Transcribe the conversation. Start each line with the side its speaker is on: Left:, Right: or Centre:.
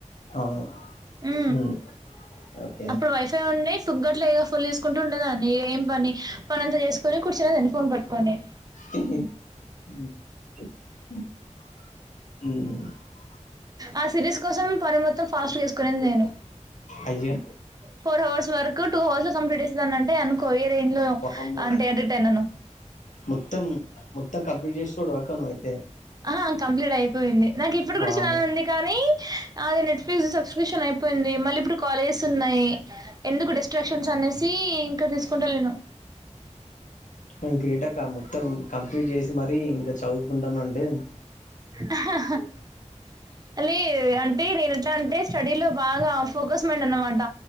Left: అవును
Right: ఉ
Left: హ్మ్. ఓకే
Right: అప్పుడు వైఫై ఉన్నాయి ఫుగ్గట్లో ఏ ఫుల్ తీసుకుంట ఉండేదాన్ని ఏం పని పనింతా చేసుకొని కూర్చునేదాన్ని ఫోన్ పెట్టుకొని
Left: <inaudible>
Right: ఆ సిరిస్ కోసం ప మ ఫాస్ట్ వేసుకునే నేను
Left: అయ్యో
Right: ఫోర్ అవర్స్ వరకు టూ హాల్ కంప్లీట్ చేసా అంటే అనుకో ట్రైన్ లో
Left: వామ్మో
Right: అంటే అటిటనను
Left: మొత్తం మొత్తం కంప్లీట్ చేస్తూ డక్కనవాయ్
Right: ఆహ కంప్లీట్ అయిపోయింది నాకు ఇప్పుడు కూడా
Left: వామ్మో
Right: చూడాలనుంది కానీ అది నెట్ఫ్లిక్స్ సబ్స్క్రిప్షన్ అయిపోయింది మళ్ళీ ఇప్పుడు కాలేజెస్ ఉన్నాయి ఎందుకు డస్ట్రాక్షన్స్ అన్ నేసి ఇంకా తీసుకుంటలేను
Left: నువ్ గ్రేటక్కా మొత్తం కంప్లీట్ చేసి మరీ ఇంక చదువుకుంటన్ వంటే
Right: అహ హా లీ అంటే నేను ఎట్లా అంటే స్టడీ లో బాగా ఫోకస్ మైండ్ అనమాట